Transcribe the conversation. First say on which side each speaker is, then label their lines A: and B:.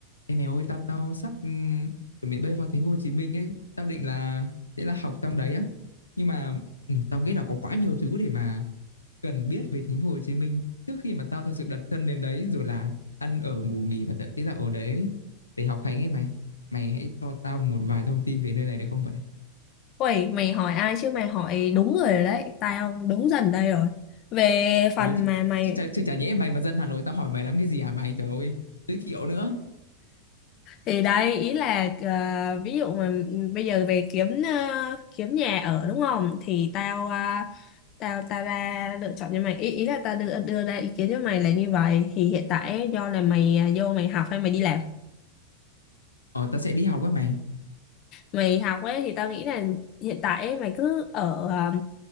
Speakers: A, on the left; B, on the left.
A: Ê mày ơi, tao tao sắp ừm, chuẩn bị bay vào thành phố Hồ Chí Minh ấy, tao định là sẽ là học trong đấy á. Nhưng mà ừm, tao nghĩ là có quá nhiều thứ để mà cần biết về thành phố Hồ Chí Minh trước khi mà tao thật sự đặt chân đến đấy rồi là ăn ở ngủ nghỉ và thậm chí là ở đấy để học hành ấy mày. Mày hãy cho tao một vài thông tin về nơi này được không vậy?
B: Ui, mày hỏi ai chứ mày hỏi đúng người rồi đấy, tao đúng dần đây rồi. Về phần
A: Ừ chứ,
B: mà mày
A: chứ, chả, chứ chả nhẽ mày mà dân Hà Nội tao hỏi mày lắm cái gì hả mày? Trời ơi, giới thiệu nữa.
B: thì đấy ý là ờ, ví dụ mà bây giờ về kiếm ờ, kiếm nhà ở đúng không? Thì tao ờ, tao tao ra lựa chọn cho mày ý ý là tao đưa đưa ra ý kiến cho mày là như vậy. Thì hiện tại ấy, do là mày ờ, vô mày học hay mày đi làm?
A: Ờ tao sẽ đi học á mày.
B: mày học ấy thì tao nghĩ là hiện tại ấy, mày cứ ở ờ,